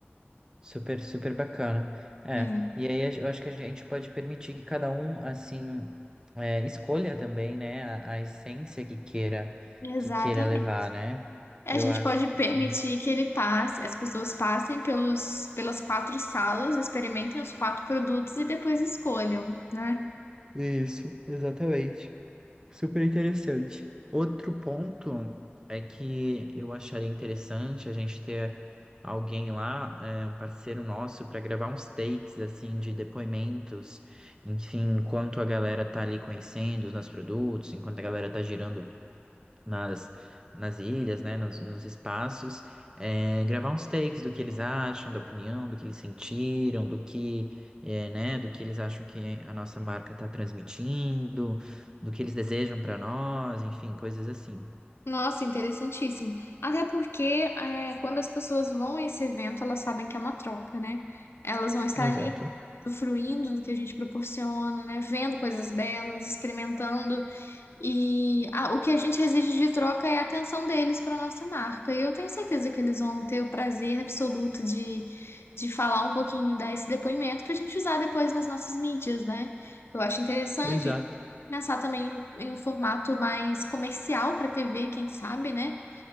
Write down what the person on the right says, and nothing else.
Super, super bacana. É,
e aí eu acho que a gente pode permitir que cada um, assim, é, escolha também, né, a, a essência que queira,
que queira levar, né?
Eu
acho
que
sim.
Isso, exatamente. Super interessante. Outro ponto é que eu acharia interessante a gente ter alguém lá, é, um parceiro nosso, para gravar uns takes assim de depoimentos, enfim, enquanto a galera tá ali conhecendo os nossos produtos, enquanto a galera tá girando nas, nas ilhas, né, nos, nos espaços, é, gravar uns takes do que eles acham, da opinião, do que eles sentiram, do que, é, né, do que eles acham que a nossa marca está transmitindo, do que eles desejam para nós, enfim, coisas assim.
Exato.
Exato.